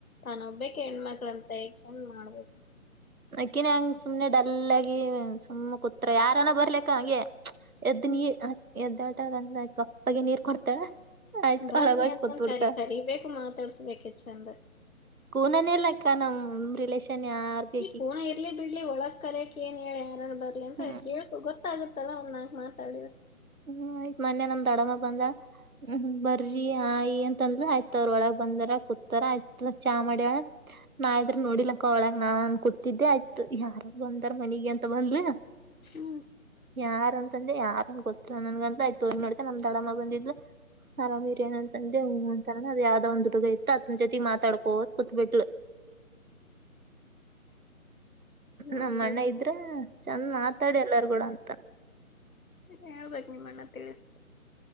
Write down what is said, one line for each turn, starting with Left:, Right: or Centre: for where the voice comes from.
Left: ತಾನ ಒಬ್ಬಕ್ ಹೆಣ್ಮಕ್ಳಂತ ಎಗ್ ಚಂದ್ ಮಾಡ್ಬೇಕು
Right: ಅಕ್ಕಿನ ಹಂಗ ಸುಮನೆ ಡಲ್ ಆಗಿ ಸುಮ್ಮ್ ಕುತ್ರ ಯಾರನ ಬರ್ಲಿಕ್ಕ ಹಾಗಂಗೆ ಎದ್
Left: ಹ್ಮ್
Right: ನೀ ಎದ್ದ ಎಳ್ತಾಳಂದ ಕಪ್ಪಗೆ ನೀರ್ ಕೊಡ್ತಾಳ ಆಯ್ತು
Left: ಬನ್ಲಿ
Right: ಅಳವಾಗಿ
Left: ಅಂತಂದ
Right: ಕೂತ್ಬಿಡ್ತಾಳ
Left: ಕರಿ ಕರಿಬೇಕು ಮಾತಾಡ್ಸ್ಬೇಕ ಹೆ ಚಂದ
Right: ಕೂನಲಿಕ ನ ರಿಲೇಷನ್ ಯಾರ್ ಬ
Left: ಕೂರ್ನ ಇರ್ಲಿ ಬಿಡ್ಲಿ ಒಳಗ್ ಕರಕ್ ನ್ ಹೇಳ ಯಾರ ಬರಲಿ ಅಂತ
Right: ಹ್ಮ್
Left: ಕೇಳು ಗೊತ್ತಾಗುತ್ತೆ ಮತ್ತಲ ಒಂದ್ ನಾಗ್ ಮಾತಾಡಿದ
Right: ಹ್ಮ್ ಆಯ್ತ್ ಮನ್ಯ ನಮ್ದ ಅಡಮ್ಮ ಬಂದ ಹ್ಮ್ ಬರ್ರಿ ಆಯಿ ಅಂತಂದಲ ಆಯ್ತ ಅವ್ರ ಒಳಗ್ ಬಂದರ ಕೂತಾರ ಆಯ್ತ ಚಾ ಮಾಡ್ಯಳ ನಾರ ನೋಡಿಲಕ್ಕ ಒಳಗ ನಾನ್ ಕೂತಿದ್ದೆ ಆಯ್ತ ಯಾರ ಬಂದಾರ ಮನಗೆ ಅಂತ ಬಂದ್ರ
Left: ಹ್ಮ್
Right: ಯಾರ ಅಂತಂದ್ರೆ ಯಾರನ್ ಗೊತ್ತ ನನ್ ಅಂತಯ್ತೋ ಮಾಡ್ತೆ ನಮ ದಡಮ್ಮ ಬಂದಿದ್ದು ಆರಾಮ್ ಇದ್ದೀರಿ ಅಂತಂದೆ ಹೂ ಅಂತ ಅಂದ್ರು ಅದ ಯಾವ್ದೋ ಒಂದ್ ಹಡುಗ ಇತ್ತು ಅತ್ನ ಜೊತಿ ಮಾತಾಡ್ಕೋದ ಕುೂತ್ಬ ಬಿಟ್ಲು ನಮ್ಮ
Left: ಮಾಡಿದ್ರಿ
Right: ಅಣ್ಣ ಇದ್ರ ಚಂದ ಮಾತಾಡಿ ಎಲ್ಲಾರ್ಗೂ ಅಂತನ್
Left: ಹೇಳಳ್ಬೇಕೇಕ ನಿಮ್ಮಣ್ಣ ಗೆ ತಿಳಿಸಿ